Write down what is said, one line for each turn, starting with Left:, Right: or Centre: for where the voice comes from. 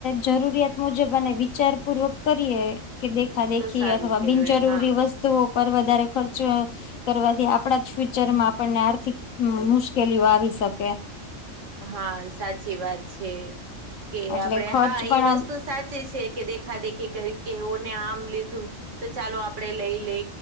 Left: જરૂરિયાત મુજબ અને વિચાર પૂર્વક કરીએ કે દેખા દેખી
Right: તો સારું
Left: અથવા
Right: કેવાય
Left: બિનજરૂરી
Right: હા
Left: વસ્તુઓ પર વધારે ખર્ચ અહ કરવાથી આપડા જ ફ્યુચર માં આપણને આર્થિક મુશ્કેલીઓ આવી શકે.
Right: હા, સાચી વાત છે કે
Left: એટલે
Right: આપડે
Left: ખર્ચ
Right: હા ઈ
Left: પણ
Right: વસ્તુસ
Left: આમ
Right: સાચી છે કે દેખા દેખી કરી કે ઓને આમ લીધું તો ચાલો આપડે લઈ લે